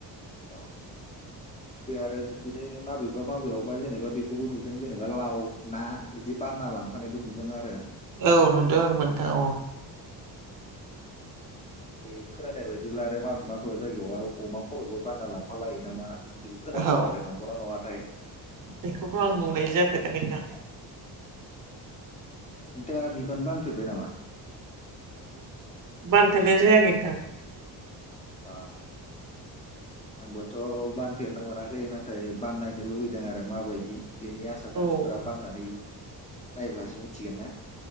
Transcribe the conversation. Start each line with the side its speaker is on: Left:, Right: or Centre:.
Left: औ। आरो बिदिनो माबेबा माबेयावबा जेनेबा बेखौबो नुदों जेनेबा लाव ना। बिदि बानना लांफानायबो नुदों आरो।
Right: औ नुदों आबो नोंथां औ।
Left: बै खोनानाय बायदिब्ला आरो मा माबबा जायगायाव आरो अमा खरबो बानना लांफालायो नामा। बिदिबो खोनादों
Right: औ
Left: आरो नंगौना नङाथाय।
Right: बेखौथ आं नुनाय जाफेराखै नोंथां।
Left: नोंथाङा बिबान बानफेरबाय नामा?
Right: बानफेरनाय जायाखै नोंथां।
Left: ओ आंबोथ बानफेरनो मोनाखै नाथाय बाननायनो लुुबैदों आरो माबायदि। बेनि आसार खान्थिफोरा
Right: औ।
Left: बाननननै नायब्लासो मिथिगोनना।